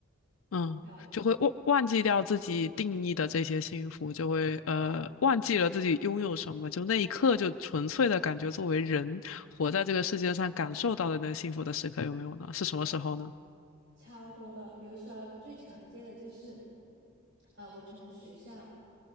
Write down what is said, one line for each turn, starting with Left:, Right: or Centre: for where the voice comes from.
Left: 嗯，
Right: 有
Left: 就会忘忘记掉自己定义的这些幸福，就会呃忘记了自己拥有什么，就那一刻就纯粹的感觉，作为人活在这个世界上感受到的那幸福的时刻有没有呢？是什么时候呢？
Right: 超多的。比如说最常见的就是，呃，我从学校。